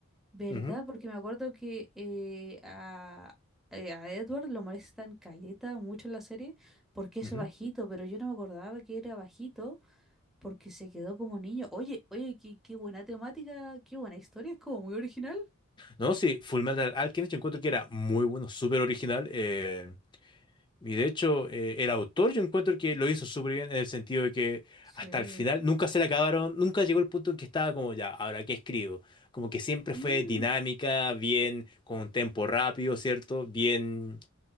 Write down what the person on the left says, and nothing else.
Ujú,
ujú.
No, sí, Fullmetal Alchemist yo encuentro que era muy bueno, súper original. eh, y de hecho eh, el autor yo encuentro que lo hizo súper bien en el sentido de que
hasta el final nunca se le acabaron, nunca llegó el punto en que estaba como ya, ¿ahora qué escribo? Como que siempre
fue dinámica, bien, con un tempo rápido, ¿cierto? Bien...